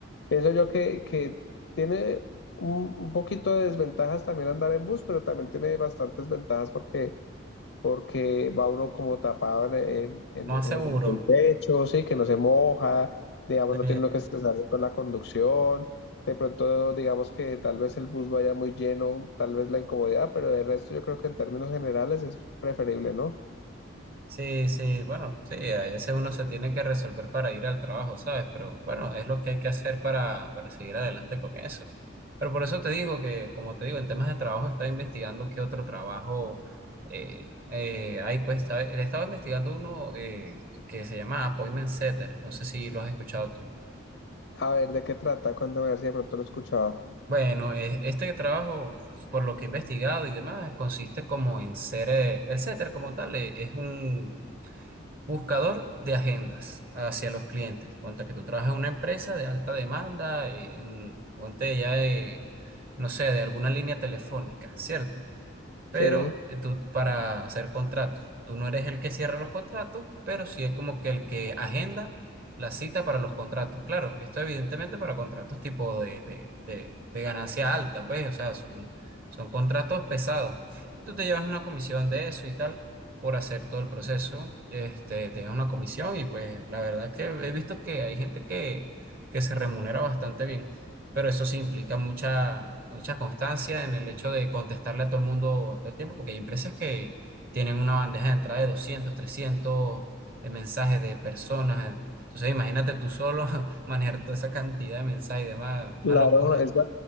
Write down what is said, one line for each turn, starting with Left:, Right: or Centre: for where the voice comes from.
Left: pienso yo que, que tiene un, un poquito de desventajas también andar en bus, pero también tiene bastantes ventajas porque porque va uno como tapado en, en-
Right: más
Left: en
Right: seguro.
Left: el pecho, sí, que no se moja, digamos,
Right: Sí.
Left: no tiene uno que estresarse con la conducción, de pronto digamos que tal vez el bus vaya muy lleno, tal vez la incomodidad, pero de resto yo creo que en términos generales es preferible, ¿no?
Right: Sí, sí, bueno, sí, a veces uno se tiene que resolver para ir al trabajo, ¿sabes? Pero bueno, es lo que hay que hacer para, para seguir adelante con eso. Pero por eso te digo que, como te digo, en temas de trabajo estaba investigando qué otro trabajo eh, eh, hay, pues estaba, estaba investigando uno eh, que se llama Appointment Setter, no sé si lo has escuchado tú.
Left: A ver, ¿de qué trata? Cuéntame a ver si de pronto lo escuchaba.
Right: Bueno, eh, este trabajo, por lo que he investigado y demás, consiste como en ser, eh, el setter como tal, eh, es un, Buscador de agendas hacia los clientes. Ponte que tú trabajas en una empresa de alta demanda, eh, en- ponte ya, eh, no sé, de alguna línea telefónica, ¿cierto? pero
Left: Sí,
Right: eh, tú para hacer contratos. Tú no eres el que cierra los contratos, pero sí es como que el que agenda la cita para los contratos. Claro, esto evidentemente para contratos tipo de, de, de, de ganancia alta, ¿ves? O sea, son, son contratos pesados. Y tú te llevas una comisión de eso y tal por hacer todo el proceso. Este, te llevas una comisión y pues la verdad es que he visto que hay gente que, que se remunera bastante bien pero eso sí implica mucha, mucha constancia en el hecho de contestarle a todo el mundo todo el tiempo, porque hay empresas que tienen una bandeja de entrada de 200 300 eh, mensajes de personas. eh, Entonces, imagínate tú solo <laughs> manejar toda esa cantidad de mensajes y demás, una
Left: claro,
Right: locura.
Left: es